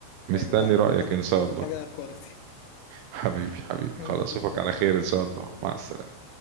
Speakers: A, on the right; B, on the left.
A: مستني
B: هيبقى
A: رأيك
B: حاجة
A: ان شاء الله
B: حاجة كواليتي
A: حبيبي حبيبي
B: من
A: خلاص اشوفك
B: القاء
A: على خير ان شاء الله مع السلامة